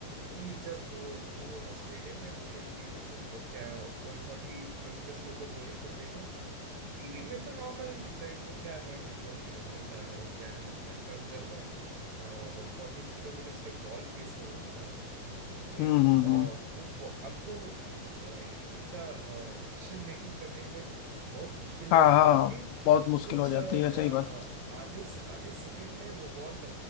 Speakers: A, on the right (about 60°); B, on the left (about 85°).
A: कि जब वो वो स्टेडियम में बॉलिंग भी वो सब क्या 140 किलोमीटर के ऊपर बॉलिंग करते हैं तो टीवी में तो नॉर्मल ही दिखता है वो क्या है 140 किलोमीटर डाल रहे हो क्या है लगता है पर जब वन फोर्टी किलोमीटर के बॉल फेस करोगे ना वो एक
B: हम्म
A: अ,
B: हम्म
A: वो
B: हम्म
A: ब- आपको ज- ज- ये चिंता डिसीजन मेकिंग करने में बहुत मुश्किल हो
B: हाँ
A: जाता
B: हाँ
A: है क्योंकि
B: बहुत मुश्किल
A: कुछ
B: हो जाती
A: अ, अ,
B: है सही बात
A: आधे आधे सेकंड में वो बॉल